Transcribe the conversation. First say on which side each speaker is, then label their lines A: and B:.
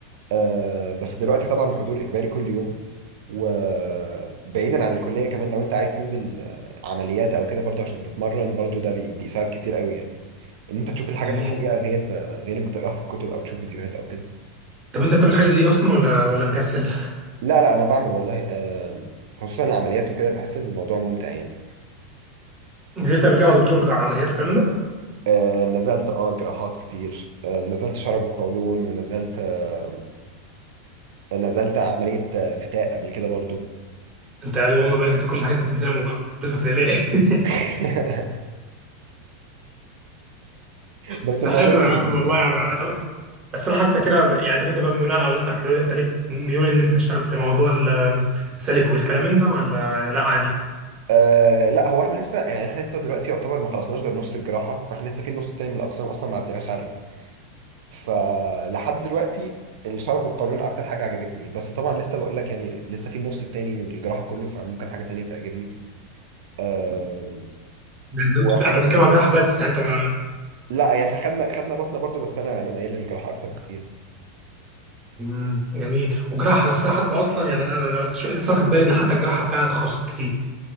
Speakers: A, on the right (about 55°); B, on the right (about 30°).
A: آه، بس دلوقتي طبعا الحضور إجباري كل يوم وبعيدا عن الكلية كمان لو أنت عايز تنزل آه، عمليات أو كده برضو عشان تتمرن برضو ده بي- بيساعد كتير قوي يعني إن أنت تشوف الحاجة
B: جميل
A: في الحقيقة غير آه، غير ما تقراها في الكتب أو تشوف فيديوهات أو كده
B: طب انت بتعمل حاجه زي دي اصلا ولا ولا مكسل؟
A: لا لا أنا بعمل والله آه، خصوصا العمليات وكده بحس إن الموضوع ممتع يعني
B: نزلت قبل كده مع دكتور عمليات وكلام من ده؟
A: آه نزلت اه جراحات كتير آه نزلت شرج وقولون ونزلت آه نزلت عملية آه، فتاء قبل كده برضو
B: انت اللهم بارك انت كل الحاجات اللي بتنزلها مقرفه كده ليه؟ <laughs>
A: <laughs> بس
B: بس
A: الموضوع
B: حلو
A: لذيذ
B: يا عم والله
A: يعني
B: يعني بس انا حاسه كده ب- يعني طب انت بقى بناء على اللي انت حكيته لي ده، انت ليك ميول ان انت تشتغل في موضوع السلك والكلام من ده ولا لا عادي؟
A: آه لا هو احنا لسه يعني احنا لسه دلوقتي يعتبر ما خلصناش غير نص الجراحة فاحنا لسه في النص التاني من الأقسام أصلا ما عديناش عليه فلحد دلوقتي الشرج والقولون أكتر حاجة عجبتني بس طبعا لسه بقول لك يعني لسه في النص التاني من الجراحة كله فممكن حاجة تانية تعجبني آه
B: ده انت-
A: وحاجة
B: احنا بنتكلم
A: برضو
B: عن جراحه بس يعني انت ما
A: لا يعني احنا خدنا خدنا بطنه برضو بس انا انا ميال للجراحه اكتر بكتير
B: مم، جميل والجراحه نفسها حتى اصلا يعني انا أنا لسه واخد بالي ان حتى الجراحه فيها تخصصات كتير